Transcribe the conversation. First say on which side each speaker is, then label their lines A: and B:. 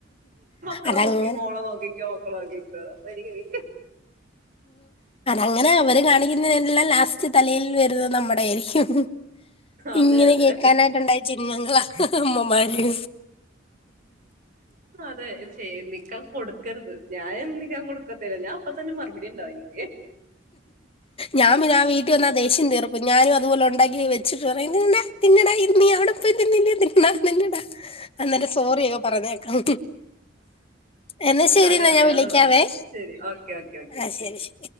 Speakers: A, on the right; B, on the left.
A: മക്കളെ
B: അതങ്ങനെ
A: നോക്കി മോളെ നോക്കിക്കോ മക്കളെ നോക്കിക്കോ വെരികയ്
B: അങ്ങനെ അവര് കാണിക്കുന്നതിനെല്ല ലാസ്റ്റ് തലയിൽ വരുന്നത് നമ്മുടായിരിക്കും.
A: അതെ
B: ഇങ്ങനെ
A: അതെ
B: കേക്കാനായിട്ടുണ്ടായ ജന്മങ്ങളാ അമ്മമാര്.
A: അതെ ചെയേ നിക്കാൻ കൊടുക്കരുത് ഞാൻ നിക്കാൻ കൊടുക്കത്തില്ല ഞാൻ അപ്പ തന്നെ മറുപടി ഇണ്ടാവൊനിക്ക്.
B: ഞാൻ പിന്നെ ആ വീട്ടി വന്നാ ദേഷ്യം തീർ ക്കും ഞാനും അതുപോലെ ഉണ്ടാക്കി വെച്ചിട്ട് പറയും ദേണ്ട തിന്നടാ ഇത് നീ അവിടെ പോയി തിന്നില്ലേ ന്നാ തിന്നടാ. അന്നൻ്റെ സോറിയൊക്കെ പറഞ്ഞകേക്കാം എന്നാ ശരിന്നാ
A: അതെ അറിയാതെ
B: ഞാൻ വിളിക്കാവേ
A: പറഞ്ഞു ശരി ഓക്കെ ഓക്കെ ഓക്കെ
B: ആ ശരി ശ്